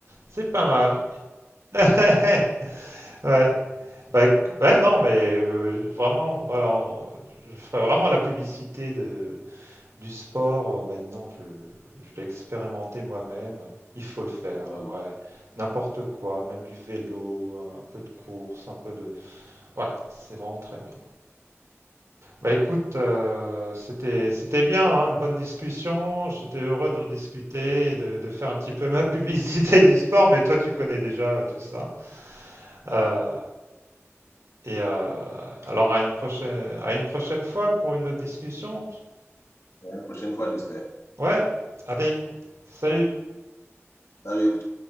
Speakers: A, on the right (about 75°); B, on the left (about 65°).
A: c'est pas mal. <laughs> Ouais, Bah, éc- ouais, non, mais euh, vraiment, voilà, on- je ferais vraiment la publicité de, Du sport, heu, maintenant je je l'ai expérimenté moi-même, il faut le faire,
B: Ouais, ouais.
A: ouais. N'importe quoi, même du vélo, un peu de course, un peu de ouais, c'est vraiment très bien. Bah, écoute, heu, c'était c'était bien, hein, une bonne discussion, j'étais heureux d'en discuter et de de faire un petit peu ma publicité <laughs> du sport, mais toi tu connais déjà tout ça. Heu et heu, alors à une prochaine à une prochaine fois pour une autre discussion.
B: La prochaine fois, j'espère.
A: Ouais, allez, salut!
B: Salut.